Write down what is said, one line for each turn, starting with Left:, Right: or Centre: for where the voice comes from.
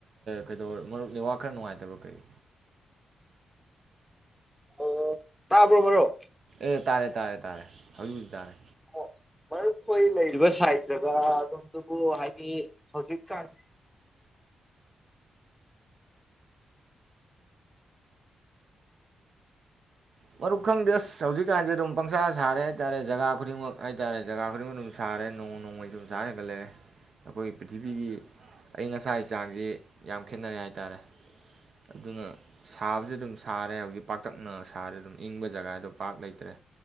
Right: ꯀꯩꯗ ꯃꯔꯨꯞ ꯂꯩꯋꯥꯥꯛ ꯈꯔ ꯅꯨꯡꯉꯥꯏꯇꯕ꯭ꯔꯣ ꯀꯔꯤ
Centre: ꯑꯣ ꯇꯥꯕ꯭ꯔꯣ ꯃꯔꯨꯞ
Right: ꯑꯦ ꯇꯥꯔꯦ ꯇꯥꯔꯦ ꯇꯥꯔꯦ ꯍꯧꯖꯤꯛ ꯍꯧꯖꯤꯛ ꯇꯥꯔꯦ
Centre: ꯑꯣ ꯃꯔꯈꯣꯏ ꯂꯩꯔꯤꯕ ꯁꯥꯏꯗ ꯒ ꯑꯗꯣꯝꯗꯨꯕꯨ ꯍꯥꯏꯗꯤ ꯍꯧꯖꯤꯛꯀꯥꯟꯁꯤ
Right: ꯃꯔꯨꯞ ꯈꯪꯗꯦ ꯑꯁ ꯍꯧꯖꯤꯛꯀꯥꯟꯁꯦ ꯑꯗꯨꯝ ꯄꯪꯁꯥ ꯁꯥꯔꯦ ꯍꯥꯏꯇꯥꯥꯔꯦ ꯖꯒꯥ ꯈꯨꯗꯤꯡꯃꯛ ꯍꯥꯏꯇꯥꯥꯔꯦ ꯖꯒꯥ ꯈꯨꯗꯤꯡꯃꯛ ꯑꯗꯨꯝ ꯁꯥꯔꯦ ꯅꯣꯡꯃ ꯅꯣꯡꯃꯒꯤ ꯁꯨꯝ ꯁꯥꯔ ꯍꯦꯟꯒꯠꯂꯛꯑꯦ ꯑꯩꯈꯣꯏꯒꯤ ꯄ꯭ꯔꯤꯊꯤꯕꯤꯒꯤ ꯑꯌꯤꯡ ꯑꯁꯥꯒꯤ ꯆꯥꯡꯁꯤ ꯌꯥꯝ ꯈꯦꯠꯅꯔꯦ ꯍꯥꯏ ꯇꯥꯔꯦ ꯑꯗꯨꯅ ꯁꯥꯕꯕꯁꯤ ꯑꯗꯨꯝ ꯁꯥꯔꯦ ꯍꯧꯖꯤꯛ ꯄꯥꯛꯇꯛꯅ ꯁꯥꯔꯦ ꯑꯗꯨꯝ ꯏꯪꯕ ꯖꯒꯥꯗꯣ ꯄꯥꯛꯔ ꯂꯩꯇ꯭ꯔꯦ